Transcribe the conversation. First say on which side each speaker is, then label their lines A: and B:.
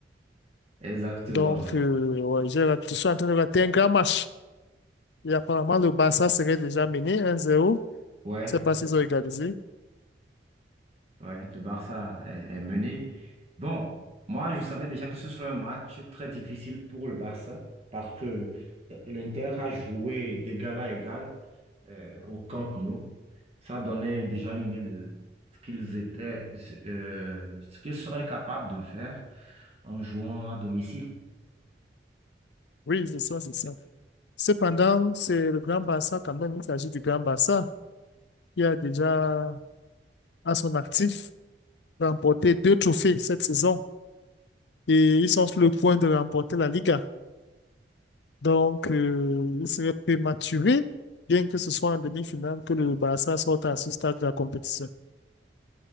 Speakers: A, on the right (about 35°); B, on the left (about 70°).
A: Exactement.
B: Donc, euh, ouais, j'ai raté- je suis en train de rater un grand match. Et apparemment, le Barça serait déjà mené un zéro,
A: Ouais,
B: Je ne sais pas s'ils ont égalisé.
A: ouais, le Barça est, est mené. Bon, moi, je savais déjà que ce serait un match très difficile pour le Barça parce que l'Inter a joué d'égal à égal euh, au Camp Nou. Ça donnait déjà une idée de ce qu'ils étaient, euh, ce qu'ils seraient capables de faire en jouant à domicile.
B: Oui, c'est ça, c'est ça. Cependant, c'est le Grand Barça quand même. Il s'agit du Grand Barça qui a déjà à son actif remporté deux trophées cette saison et ils sont sur le point de remporter la Liga. Donc, euh, il serait prématuré, bien que ce soit en demi-finale, que le Barça sorte à ce stade de la compétition.